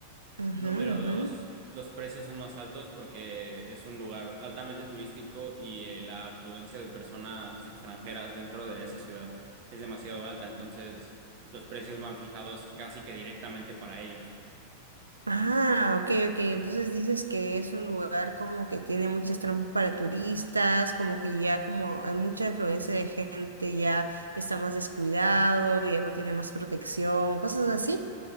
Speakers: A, on the right; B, on the right.
A: Ujú,
B: Número
A: ujú.
B: dos, los precios son más altos porque es un lugar altamente turístico y eh, la afluencia de personas extranjeras dentro de esa ciudad es demasiado alta, entonces los precios van fijados casi que directamente para ellos.
A: Ah, ok, ok. Entonces dices que es un lugar como que tiene muchas trampas para turistas, como que ya como hay mucha influencia de gente, ya está más descuidado, ya no tiene más protección, cosas así.